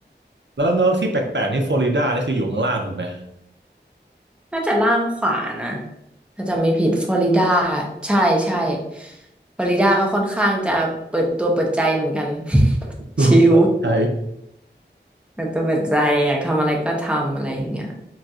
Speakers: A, on the right; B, in the centre.
A: แล้วแล้วที่แปลกๆนี่ฟลอริดานี่คืออยู่ข้างล่างถูกไหม
B: น่าจะล่างขวานะถ้าจำไม่ผิดฟลอริดาใช่ใช่ฟลอริดาก็ค่อนข้างจะเปิดตัวเปิดใจเหมือนกัน
A: รวมเปิดใจ
B: <laughs> ชิล เปิดตัวเปิดใจอยากทำอะไรก็ทำอะไรอย่างเงี้ย